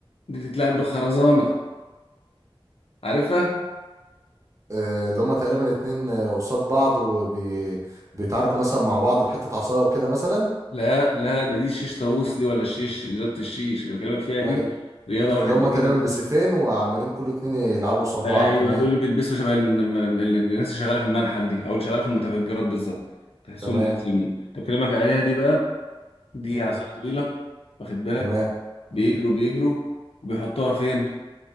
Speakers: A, on the left; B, on the right.
A: دي بتتلعب بالخرزانة عارفها؟
B: آه اللي هما تقريبا اتنين آه، قصاد بعض وبيتعاركوا مثلا مع بعض بحتة عصاية وكده مثلا
A: لا لا ده دي الشيش طاووس دي ولا الشيش رياضة الشيش اللي بكلمك فيها
B: اي
A: دي رياضة
B: مم،
A: واحد
B: اللي هم
A: بيجري
B: تقريبا بسيفين وعمالين كل اتنين يلعبوا قصاد
A: ايوه
B: بعض تمام
A: دول اللي بيلبسوا شبه ال- الم- ال- الناس اللي شغالة في المنحل دي او اللي شغالة في المتفجرات بالظبط تحسهم
B: تمام
A: ملثمين طب بكلمك عليها دي بقى دي
B: مم.
A: عصاية طويلة واخد بالك
B: تمام
A: بيجروا
B: مم.
A: بيجروا وبيحطوها فين؟